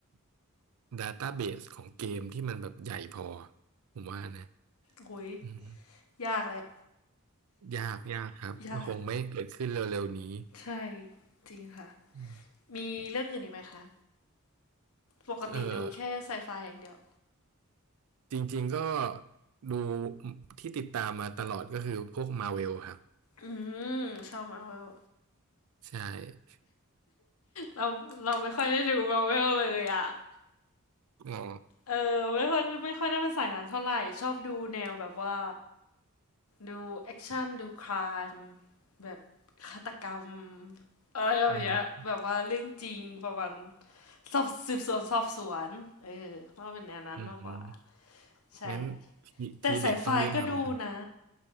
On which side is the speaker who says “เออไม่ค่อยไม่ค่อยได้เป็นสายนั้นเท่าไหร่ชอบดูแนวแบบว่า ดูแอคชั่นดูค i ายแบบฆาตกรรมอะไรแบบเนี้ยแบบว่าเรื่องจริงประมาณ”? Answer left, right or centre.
Left